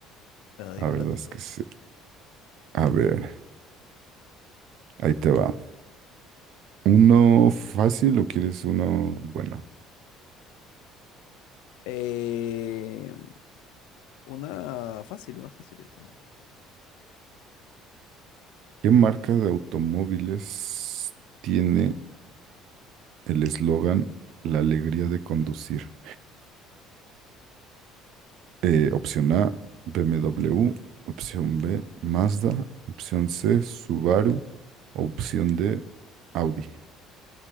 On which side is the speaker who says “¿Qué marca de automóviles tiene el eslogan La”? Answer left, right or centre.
Right